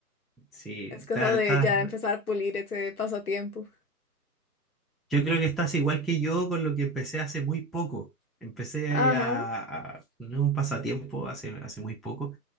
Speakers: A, in the centre; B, on the left.
A: Sí,
B: Es cosa
A: está,
B: de ya empezar a pulir ese pasatiempo.
A: Yo creo que estás igual que yo con lo que empecé hace muy poco. Empecé
B: Ajá.
A: a, a- no es un pasatiempo hace, hace muy poco.